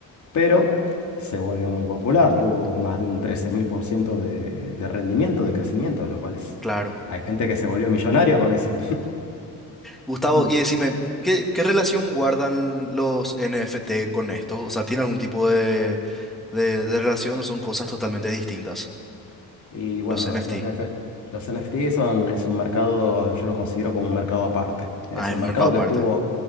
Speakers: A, on the left; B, in the centre.
A: pero se volvió muy popular,
B: ujú.
A: tuvo más de un 13.000% de, de rendimiento, de crecimiento, lo cual es...
B: Claro.
A: Hay gente que se volvió millonario con eso.
B: Gustavo,
A: <laughs>
B: y decime, ¿qué, qué relación guardan los NFT con esto? O sea, ¿tiene algún tipo de, de, de relación o son cosas totalmente distintas?
A: Y bueno,
B: Los NFT.
A: los, NF los NFT son, es un mercado, yo lo considero como un mercado aparte. Es
B: Ah, es
A: un
B: un
A: mercado
B: mercado aparte.
A: que tuvo,